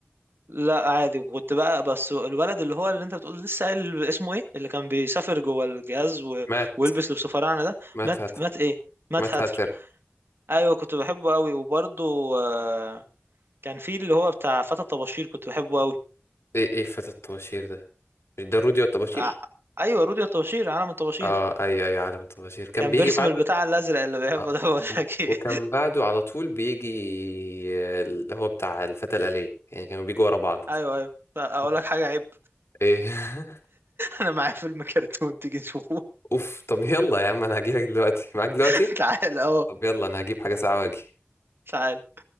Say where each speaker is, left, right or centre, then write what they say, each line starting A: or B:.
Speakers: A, on the right; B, on the left.
A: لا عادي وكنت بقى بس الولد اللي هو اللي انت بتقول لسه قايل اسمه ايه اللي كان بيسافر جوه الجهاز و...
B: مات
A: ويلبس لبس فراعنه ده
B: مات
A: مات
B: هاتر
A: مات ايه مات
B: مات
A: هاتر
B: هاتر
A: ايوه كنت بحبه قوي وبرده آه كان في اللي هو بتاع فتى الطباشير كنت بحبه قوي
B: ايه ايه فتى الطباشير ده مش ده رودي الطباشير
A: آه ايوه رودي الطباشير عالم الطباشير
B: اه اي اي عالم الطباشير كان
A: كان
B: بيجي
A: بيرسم
B: بعده
A: البتاع الازرق اللي بيحبه
B: اه
A: ده <laughs> بقول
B: و-
A: لك ايه
B: وكان بعده على طول بيجي آه، اللي هو بتاع الفتى الآلية يعني كانوا بيجوا ورا بعض
A: ايوه ايوه اقول
B: وك-
A: لك حاجه عيب
B: ايه <laughs>
A: انا معايا فيلم كرتون تيجي نشوفه
B: اوف طب يلا يا عم انا هجيلك دلوقتي معاك دلوقتي
A: <laughs> تعال اهو
B: طب يلا انا هجيب حاجة ساعة واجي
A: تعال